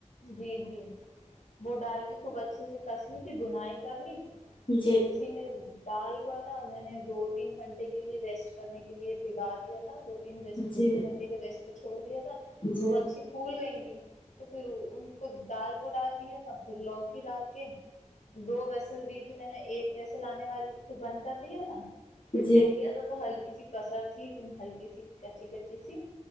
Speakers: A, on the left; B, on the left.
A: جی جی وہ ڈال گ خوب اچھے سے کسلی کی بنائی کر لی
B: جی
A: پھر اسی میں دال کو ہے نا میں نے دو تین گھنٹے کے لیے ریسٹ کرنے کے لیے بھگا دیا دو تین ریٹ
B: جی
A: دو تین گھنٹے کے ریسٹ پھر چھوڑ دیا
B: جی
A: وہ اچھی پھول میں تھی تو پھر ان کو دال کو ڈال دیا تھا پھر لوکی ڈال کے دو وسل دی تھی میں نے ایک ویسل آنے والی پھر بند کر دیا تھا فڈ
B: جی
A: چیک کیا تھا تو ہلکی سی کثر تھی ایک د ہلکی سی کچی کچی سی